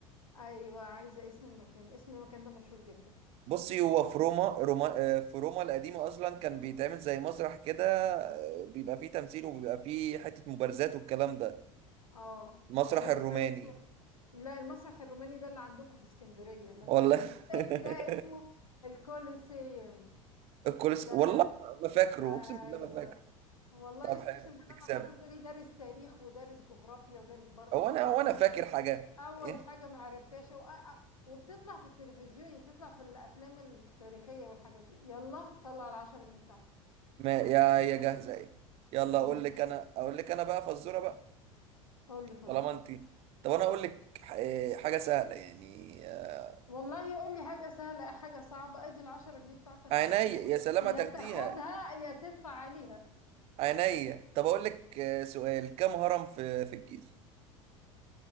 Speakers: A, on the left; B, on the right.
A: أيوة عايزة اسم المكان اسم المكان ده مشهور جدا
B: بصي هو في روما, روما آه، في روما القديمة أصلا كان بيتعمل زي مسرح كده آه، بيبقى فيه تمثيل وبيبقى فيه حتة مبارزات والكلام ده
A: اه
B: المسرح
A: عرفت
B: الروماني
A: بقى اسم لا المسرح الروماني ده اللي عندكم في اسكندرية لكن
B: والله
A: التاني
B: <laughs>
A: ده اسمه الكوليسيوم
B: الكولس
A: ده
B: والله ما فاكره
A: أيوة
B: أقسم بالله ما فاكره
A: والله
B: طب حلو
A: اقسم بالله
B: تكسب
A: ما فاكره تقولي دارس تاريخ ودارس جغرافيا ودارس بره
B: هو
A: ودارس
B: أنا هو
A: جوه
B: أنا فاكر
A: دي
B: حاجة
A: اول
B: إيه
A: حاجه ما عرفتهاش و... وبتطلع في التلفزيون يعني بتطلع في الافلام التاريخيه والحاجات دي يلا طلع العشرة جنيه بتاعتك
B: ما يا يا جاهزة إيه يلا
A: ن-
B: أقول لك أنا أقول لك أنا بقى فزورة بقى
A: قول لي فزوره
B: طالما أنت طب أنا أقول لك ح- آه، حاجة سهلة يعني آه،
A: والله يقول لي حاجه سهله حاجه صعبه ادي العشرة جنيه بتاعتك
B: عينيا
A: محطوطه
B: يا
A: أهو.
B: سلام
A: يا
B: هتاخديها
A: تاخدها يا تدفع عليها
B: عينيا طب اقول لك آه، سؤال كم هرم في في الجيزة